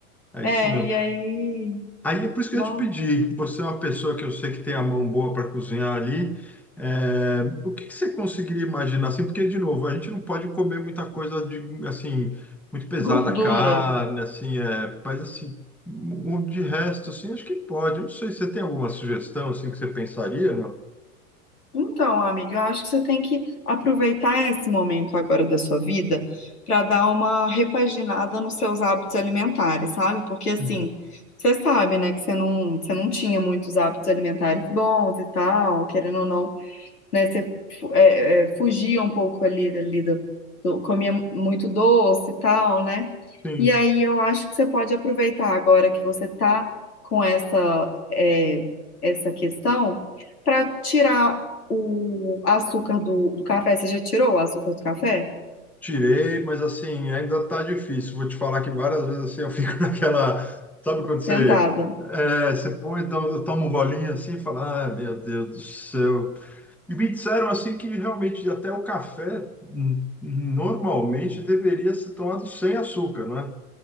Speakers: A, in the centre; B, on the left.
A: É
B: É,
A: isso mesmo.
B: e aí,
A: Aí é por isso que
B: não,
A: eu te pedi. Você é uma pessoa que eu sei que tem a mão boa para cozinhar ali. É, o que que você conseguiria imaginar assim? Porque, de novo, a gente não pode comer muita coisa de assim, muito pesada,
B: gordura.
A: carne, assim, é, mas assim, um- de resto, assim, acho que pode. Eu não sei, você tem alguma sugestão assim que você pensaria, não?
B: Então, amiga, eu acho que você tem que aproveitar esse momento agora da sua vida para dar uma repaginada nos seus hábitos alimentares, sabe? Porque assim,
A: Uhum.
B: você sabe, né, que você não, você não tinha muitos hábitos alimentares bons e tal, querendo ou não né? Você fu- é, é, fugia um pouco ali, ali do, do- comia muito doce e tal, né?
A: Sim.
B: E aí eu acho que você pode aproveitar agora que você tá com essa, é, essa questão para tirar o açúcar do, do café. Você já tirou o açúcar do café?
A: Tirei, mas assim, ainda tá difícil. Vou te falar que várias vezes assim eu fico <laughs> naquela. Sabe quando você.
B: Tentada.
A: É, você põe, dá- um, toma um golinho assim e fala, ah, meu Deus do céu. E me disseram assim que realmente até o café hum, normalmente deveria ser tomado sem açúcar, não é?